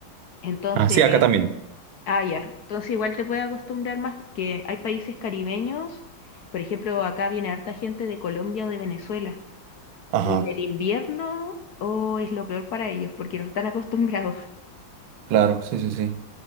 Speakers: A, on the left; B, on the right.
A: Entonces,
B: Ah, sí, acá también.
A: Ah, ya. Entonces igual te puedes acostumbrar más, que hay países caribeños, por ejemplo, acá viene harta gente de Colombia o de Venezuela,
B: Ajá,
A: y en el invierno, oh, es lo peor para ellos, porque no están <laughs> acostumbrados.
B: claro, sí, sí, sí.